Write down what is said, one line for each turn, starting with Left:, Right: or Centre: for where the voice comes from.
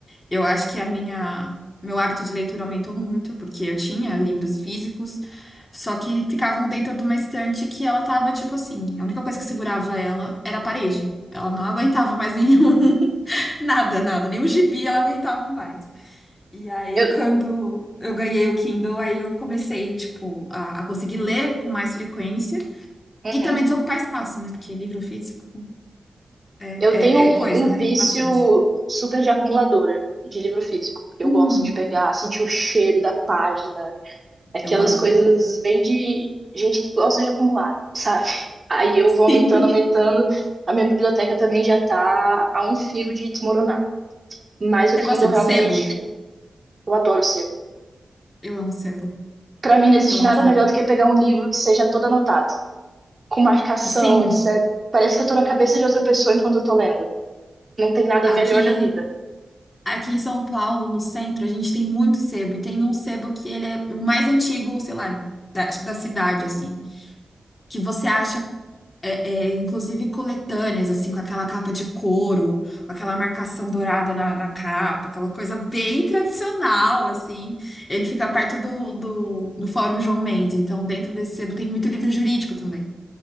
Left: eu acho que a minha meu hábito de leitura aumentou muito, porque eu tinha livros físicos, só que ficavam dentro de uma estante que ela tava tipo assim, a única coisa que segurava ela era a parede. Ela não aguentava mais nenhum, <laughs> nada, nada, nem o gibi ela aguentava mais. E aí,
Right: Eu,
Left: quando eu ganhei o Kindle, aí eu comecei, tipo, a, a conseguir ler com mais frequência
Right: Uhum.
Left: e também desocupar espaço, né? Porque livro físico. É,
Right: Eu tenho um,
Left: é coisa,
Right: um vício
Left: né? Bastante.
Right: super de acumuladora de livro físico. Eu
Left: Hum,
Right: gosto de pegar, sentir o cheiro da página, aquelas
Left: eu amo.
Right: coisas bem de gente que gosta de acumular, sabe? Aí eu vou aumentando,
Left: Sim.
Right: aumentando. A minha biblioteca também já tá a um fio de desmoronar. Mas o
Left: Você
Right: Kindle
Left: gosta de
Right: realmente,
Left: sebo?
Right: eu adoro o selo.
Left: Eu amo sebo.
Right: Pra mim não existe
Left: Eu amo
Right: nada
Left: sebo.
Right: melhor do que pegar um livro que seja todo anotado, com marcação,
Left: Sim,
Right: etc. Parece que eu tô na cabeça de outra pessoa enquanto eu tô lendo. Não tem nada
Left: aqui,
Right: melhor na vida.
Left: aqui em São Paulo, no centro, a gente tem muito sebo. E tem um sebo que ele é o mais antigo, sei lá, da, acho que da cidade, assim. Que você acha é, é, inclusive coletâneas, assim, com aquela capa de couro, com aquela marcação dourada na, na capa, aquela coisa bem tradicional, assim. Ele fica perto do, do, do Fórum João Mendes, então dentro desse sebo tem muito livro jurídico também,